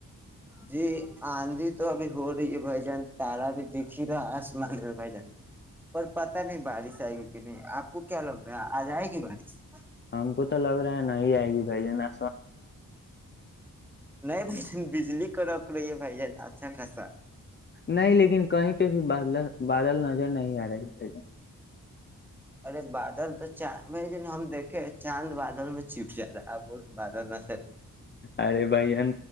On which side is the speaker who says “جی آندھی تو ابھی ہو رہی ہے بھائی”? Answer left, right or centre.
Centre